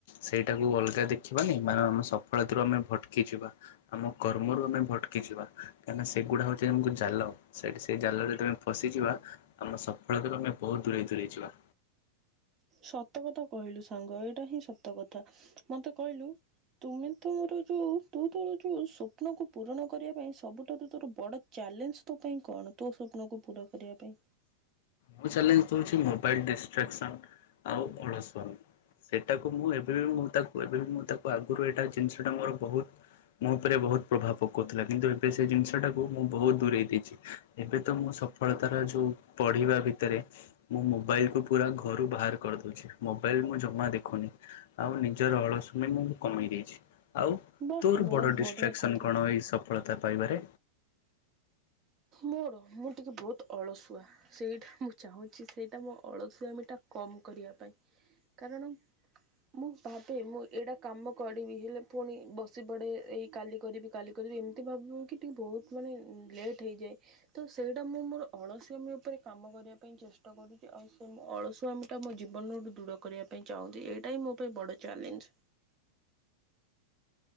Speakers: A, on the left; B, on the right.
A: ସେଇଟାକୁ ଅଲଗା ଦେଖିବାନି ମା ଆମେ ସଫଳ ରୁ ଆମେ ଭ କି ଯିବା ଆମ କର୍ମରୁ ଆମେ ଭଟକିଯିବା। କାହିଁକି ନା ସେଗୁଡା ହଉଛି ଆମକୁ ଜାଲ ସେଠି ସେ ଜା ଲରେ ଯେତେବେଳେ ଫସିଯିବା ଆମ ସଫଳତାରୁ ଆମେ ବହୁତ ଦୂରେଇ ଦୂରେଇ ଯିବା।
B: ସତ କଥା କହିଲୁ ସାଙ୍ଗ ଏଇଟା ହିଁ ସତ କଥା ମତେ କହିଲୁ? ତୁମେ ତ ମୋର ଯୋଉ ତୁ ତୋର ଯୋଉ ସ୍ୱପ୍ନ କୁ ପୂରଣ କରିବା ପାଇଁ ସବୁଠାରୁ ତୋର ବଡ ଚା ଚାଲେଞ୍ଜ ତୋ ପାଇଁ କଣ ତୋ ସ୍ୱପ୍ନକୁ ପୁରା କରିବା ପାଇଁ।
A: ମୋ ଚଲେଞ୍ଜ ତ ହଉଛି ମୋବାଇଲ ଡିଷ୍ଟ୍ରାକ୍ସନ ଆଉ ଅଳସୁଆମି। ସେଇଟାକୁ ମୁଁ ଏବେ ବି ମୁଁ ତାକୁ ଏବେ ବି ମୁଁ ତାକୁ ଆଗରୁ ଏଇଟା ଜିନିଷଟା ମୋର ବହୁତ ମୋ ଉପରେ ବହୁତ ପ୍ରଭାବ ପକଉଥିଲା। କିନ୍ତୁ ଏବେ ସେ ଜିନିଷ ଟାକୁ ମୁଁ ବହୁତ ଦୂରେଇ ଦେଇଚି। ଏବେ ତ ମୁଁ ସଫଳତାର ଯୋଉ ପଢିବା। ତରେ ମୁଁ ମୋବାଇଲ କୁ ପୁରା ଘରୁ ବାହାର କରିଦଉଚି। ମୋବାଇଲ ମୁଁ ଜମା ଦେଖୁନି। ଆ ଆଉ ନିଜର ଅଳସମୟ ମୁଁ କମେଇ ଦେଇଛି। ଆଉ
B: ବାଃ
A: ତୋର
B: ବହୁତ
A: ବଡ ଡିଷ୍ଟ୍ରାକ୍ସନ
B: ବଢ଼ିଆ କଥା।
A: କଣ ଏଇ ସଫଳ ତା ପାଇବାରେ
B: ମୋର ମୁଁ ଟିକେ ବହୁତ ଅଳସୁଆ ସେଇଟା ମୁଁ ଚାହୁଁଚି। ସେଇଟା ମୋ ଅଳସୁଆ ମିଟା କମ କରିବା ପାଇଁ କାରଣ ମୁଁ ଭାବେ ମୁଁ ଏଇଟା କାମ କରିବି। ହେଲେ ପୁଣି ବସି ପଡେ ଏଇ କାଲି କରିବି କାଲି କରି ରି ଏମିତି ଭାବିବୁ କି ଟିକେ ବହୁତ ମାନେ ଲେଟ୍ ହେଇଯାଏ ତ ସେଇଟା ମୁଁ ମୋର ଅଳସୁଆମି ଉପରେ କାମ କରିବା ପାଇଁ ଚେଷ୍ଟା କରୁଚି। ଆଉ ସେ ମୋ ଅଳସୁଆମୀ ଟା ମୋ ଜୀବନୁ ଦୂର କରିବା ପାଇଁ ଚାହୁଁଛି। ଏଇଟା ହିଁ ମୋ ପାଇଁ ବଡ ଚ୍ୟାଲେଞ୍ଜ।